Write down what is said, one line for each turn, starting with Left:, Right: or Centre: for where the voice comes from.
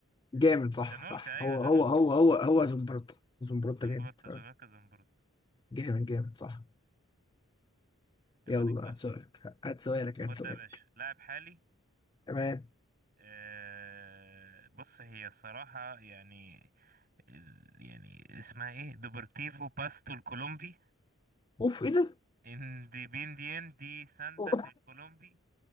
Left: جامد
Right: <laughs>
Left: صح
Right: جانولكا
Left: صح
Right: ايوه
Left: هو
Right: جانولكا
Left: هو هو هو هو زمبروتا زمبروتا
Right: زمبروتا
Left: جامد
Right: جانولكا
Left: آه،
Right: زمبروتا
Left: جامد جامد صح
Right: يبقى
Left: يلا
Right: عليك بقى
Left: هات سؤالك هات سؤالك هات
Right: خد
Left: سؤالك
Right: ده يا باشا لاعب حالي
Left: تمام
Right: آه، بص هي الصراحة يعني ال- يعني اسمها ايه دوبرتيفو باستو الكولومبي
Left: اوف ايه ده <laughs>
Right: انديبينديان دي سانتا
Left: أو-
Right: في الكولومبي